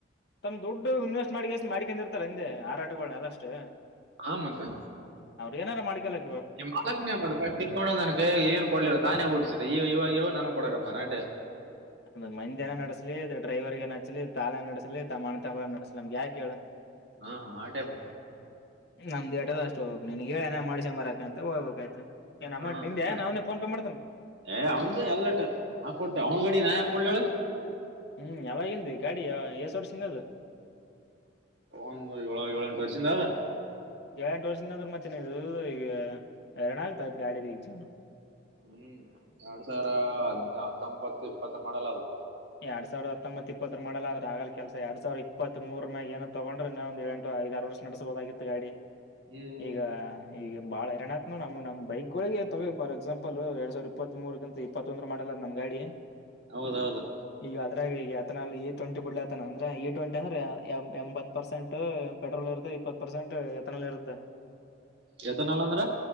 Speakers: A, on the left (about 60°); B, on the right (about 75°).
A: ತಮ್ ದುಡ್ಡು ಇನ್ವೆಸ್ಟ್ ಮಾಡ್ಕೆಷ್ಟ ಮಾಡ್ಕೊಂಡಿರ್ತಾರ್ ಅಂದೆ ಆರಾಟಗಳ್ನ ಆದಷ್ಟು.
B: ಹ ಮತ್ತೆ.
A: ಏನರ ಮಾಡ್ಕೆಳಪ.
B: ನಿಮ್ಮಾಲಗ್ನ <unintelligible> ನನ್ ಕೈಯಾಗ್ ಏನ್ ಕೊಡ್ಲಿಲ್ಲ ತಾನೇ ಓಡ್ಸಿದ ಈ ಇವಾಗ್ ಇವಗ್ ನನ್ಗ ಕೊಡಕತ್ತನ್. ತನಾಟೆ.
A: ಅದ ಮಂದನ ಮಾಡುಸ್ಲಿ ಡ್ರೈವರ್ಗಾನ ಹಚ್ಲಿ ತಾಲೆ ನಡೆಸ್ಲಿ ತಮಣತಮ್ಮರ ನಡಸ್ಸಲಿ ನಮ್ಗೆ ಯಾಕ ಹೇಳ.
B: ಹಾ ಆಡೇ ಮಖ
A: ನಮ್ದ ದೇಟದ ಅಷ್ಟ ಹೋಗ್ಬೇಕು ನಿನ್ಗೆ ನ ಮಾಡ್ಸೆ ಮರಾಕ ಅಂತ ಹೋಗ್ಬೇಕಾಯ್ತು ಏನ್ ಅಮೌಂಟ್
B: ಹ್ಮ
A: ನಿಂದೆ
B: ಆಟ
A: ನಾವನೇ ಫೋನ್ ಪೇ ಮಾಡ್ತೇನೆ
B: ಏ ಅವ್ನ್ ಎಲ್ಲಟ ನಾ ಕೊಟ್ಟ ಅವ್ನ ಗಡಿ ನಾ ಕೊಡ್ಲಿ ಹೇಳು
A: ಹ್ಮ್ ಯಾವಾಗಿಂದು ಗಾಡಿ ಎ ಸ ವರ್ಸಿಂದ ಅದು
B: ಒಂದು ಏಳ ಏಳು ಉಂಟು ವಸಿಂದ ಅದ
A: ಏಳ ಎಂಟು ವರ್ಷದ ಅಂದ್ರೆ ಮ್ೆನ ಇದ ಈಗ ಎರಣ ಆಗ್ತ ಗಾಡಿದ ಈಗ ಜ
B: ಹ್ಮ್ ಎರಡ್ ಸಾವಿರ ಹತ್ತೊಂಬತ್ತು ಇಪ್ಪತ್ತರ ಮಾಡಲ್ಲ ಅದ
A: ಎರಡ್ ಸಾವಿರ ಹತ್ತೊಂಬತ್ ಇಪ್ಪತ್ತುರ ಮಾಡ ಅ್ರ ಆಗಲ್ ಕೆಲ್ಸ ಎರಡ್ ಸಾವಿರ ಇಪ್ಪತ್ ಮೂರ ನಾಗ ಏೋ ತಗೊಂಡ್ರ ಇನ್ನೊಂದ ಎಂಟ ಐದಾರು ವರ್ಷ ನಡೆಸಬಹದಾಗಿತ್ತು ಗಾಡಿ
B: ಹ್ಮ್ ಹ್ಮ್
A: ಈಗ ಈ ಬಾಳ ಎರಡ್ ನ ನಮ ಬೈಕ್ ಗಳಿಗೆ ತಗ ಾರ್ ಎಕ್ಸಾಂಪಲ್ ಎರಡ್ ಸಾವರ ಇಪ್ಪತ್ ಮೂರ್ಗಿಂತ ಇಪ್ಪತ್ತೊಂದ್ ಮಾಡಲದ ನಂಗಗೆ <unintelligible>
B: ಹೌದೌದು
A: ಈಗ ಅದ್ರಾಗ ಈಗ ಯತನ ಇ ಟ್ವೆಂಟಿ ಬಿಡ್ತನ ಅಂದ್ರೆ ಇ ಟ್ವೆಂಟಿ ಅಂದ್ರ ಎಂಬತ್ ಪರ್ಸೆಂಟ್ ಪೆಟ್ರೋಲ್ ಇರುತ್ತ ಇಪ್ಪತ್ ಪರ್ಸೆಂಟ್ ಎತನಲ್ಲಿ ಇರುತ್ತೆ
B: ಯತನಲ್ಲ ಅಂದ್ರ